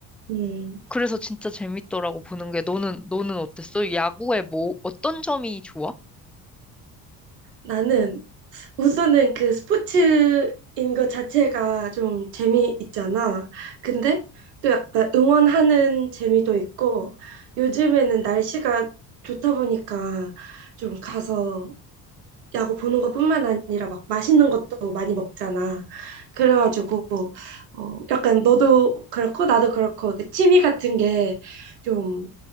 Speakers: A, on the right; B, in the centre.
A: 음,
B: 그래서 진짜 재밌더라고 보는 게. 너는, 너는 어땠어? 야구에 뭐, 어떤 점이 좋아?
A: 나는 우선은 그 스포츠인 것 자체가 좀 재미있잖아. 근데 또 약간 응원하는 재미도 있고 요즘에는 날씨가 좋다 보니까 좀 가서 야구 보는 것뿐만 아니라 막 맛있는 것도 많이 먹잖아. 그래가지고 어, 약간 너도 그렇고 나도 그렇고 그 취미 같은 게좀